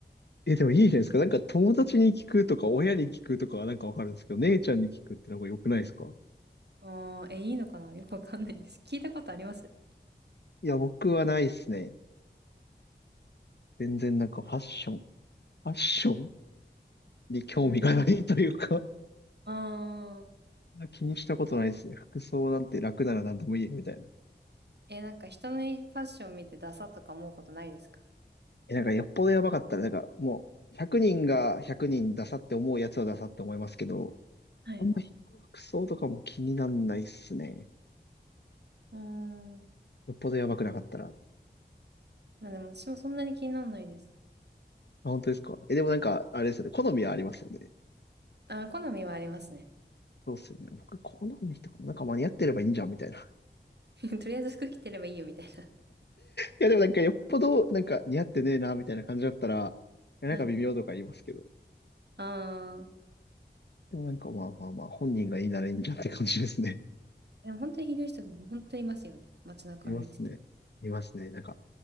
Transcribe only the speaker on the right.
あー、え、いいのかなよくわかんないです。聞いたことあります
うん。あー、
え、なんか人のファッション見てダサとか思うことないですか
はい。
うーん。
まあでも私もそんなに気にならないです。
あー、好みはありますね。
<laughs> とりあえず服着てればいいよみたい
な。はい。あー、
でも本当にひどい人、本当にいますよね。街中歩いてて。